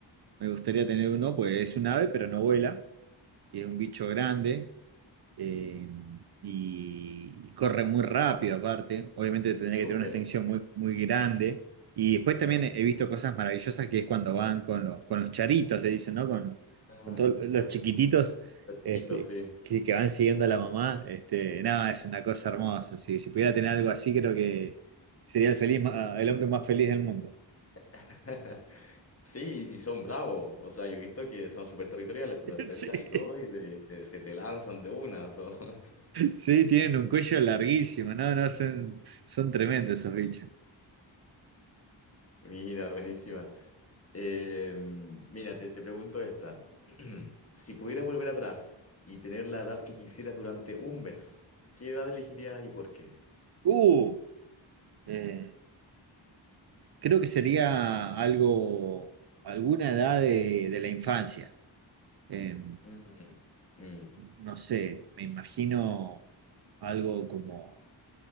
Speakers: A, on the right; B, on the left.
A: Me gustaría tener uno, pues es un ave, pero no vuela y es un bicho grande eh, y corre muy rápido aparte. Obviamente tendría
B: Súper.
A: que tener una extensión muy, muy grande. Y después también he visto cosas maravillosas que es cuando van con, los- con los charitos, le dicen, ¿no? Con,
B: Ah,
A: con todos los
B: cos-
A: chiquititos
B: cerquito,
A: este,
B: sí.
A: que, que van siguiendo a la mamá. Este, nada, es una cosa hermosa. Si, si pudiera tener algo así, creo que sería el, feliz, ma- el hombre más feliz del mundo.
B: <laughs> Sí, y y son bravos. O sea, yo he visto que son súper territoriales. Tú te acercas
A: <laughs> Sí.
B: y todo y te- se, se te lanzan de una. son- <laughs>
A: Sí, tienen un cuello larguísimo, no, no, son, son tremendos esos bichos.
B: Mira, buenísima. Eh, mira, te, te pregunto esta. <clears throat> Si pudieras volver atrás y tener la edad que quisieras durante un mes, ¿qué edad elegirías y por qué?
A: Uh, eh, creo que sería algo, alguna edad de, de la infancia. Eh,
B: Mm, mm.
A: no sé, me imagino algo como...